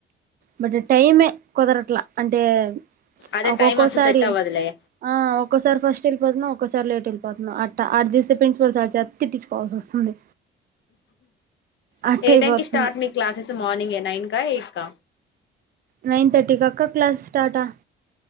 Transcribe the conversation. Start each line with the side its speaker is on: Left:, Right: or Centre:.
Right: బట్ టైమే కుదరట్లా అంటే ఒ
Left: అదే
Right: ఒక్కొక్కోసారి
Left: టైం అసలు సెట్ అవ్వదులే
Right: ఆ ఒక్కోసారి ఫస్ట్ వెల్లిపోతున్నా ఒక్కోసారి లేట్ వెళ్ళపోతున్నా అ అ చూస్తే ప్రిన్సిపల్ సార్ చేత తిట్టించుకోవాల్సి వస్తుంది అట్ట
Left: ఏ
Right: అయిపోతుంది
Left: టైమ్కి స్టార్ట్ మీ క్లాసెస్ మార్నింగ్ నైన్ కా ఎయి క్క
Right: నైన్ థర్టీకి అక్క క్లాస్ స్టార్టా